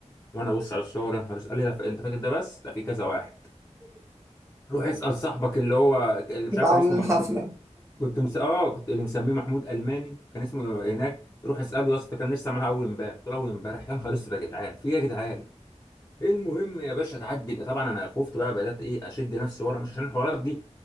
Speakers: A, on the left; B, on the right.
A: وانا ابص على الصور يا نهار اسود. قال لي لا، انت فاكر ده بس لا في كذا واحد روح اسال صاحبك اللي هو اللي مش
B: نبقى
A: عارف
B: عاملين
A: كان اسمه محمود
B: حفلة
A: كنت مس... اه كنت اللي مسميه محمود الماني كان اسمه هناك روح اساله يا اسطى كان لسه معاها اول امبارح قلت له اول امبارح يا نهار اسود يا جدعان في ايه يا جدعان المهم يا باشا تعدي طبعا انا خفت بقى بدات ايه اشد نفسي ورا مش عشان الحوارات دي